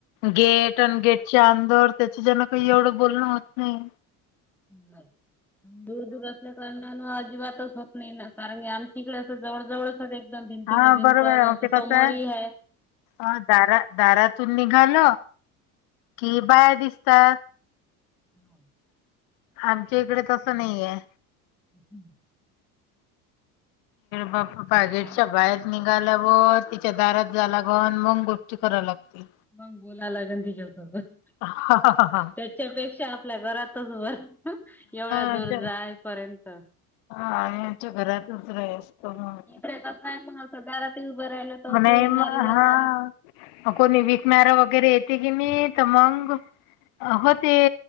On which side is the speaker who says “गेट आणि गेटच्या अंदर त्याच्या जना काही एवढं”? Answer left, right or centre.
Left